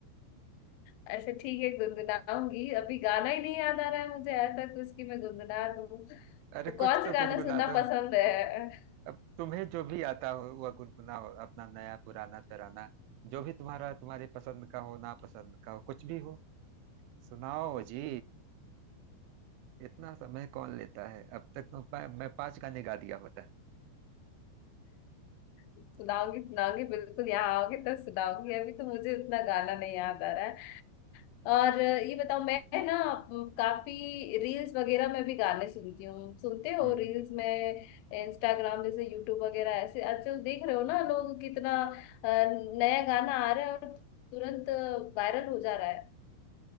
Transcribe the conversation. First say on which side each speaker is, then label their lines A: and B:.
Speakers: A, on the left; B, on the right.
A: अच्छा ठीक है गुनगुनाऊंगी अभी गाना ही नहीं याद आ रहा है मुझे ऐसा कुछ कि मैं गुनगुना दूँ तो
B: अरे
A: कौन
B: कुछ
A: सा
B: तो
A: गाना
B: गुनगुना
A: सुनना
B: दो
A: पसंद है
B: अब तुम्हें जो भी आता हो वह गुनगुनाओ अपना नया पुराना तराना जो भी तुम्हारा तुम्हारे पसंद का हो ना पसंद का हो कुछ भी हो सुनाओ जी इतना समय कौन लेता है अब तक तो पा, मैं पांच गाने गा दिया होता है।
A: सुनाऊंगी सुनाऊंगी बिल्कुल यहाँ आओगे तो सुनाऊंगी अभी तो मुझे उतना गाना नहीं याद आ रहा है और अ, ये बताओ मैं ना अम, काफी रील्स वगैरह में भी गाने सुनती हूँ सुनते हो
B: हम्म
A: रील्स में इंस्टाग्राम जैसे यूट्यूब वगैरह ऐसे आजकल देख रहे हो ना लोग कितना अ, नया गाना आ रहा है और तुरंत वायरल हो जा रहा है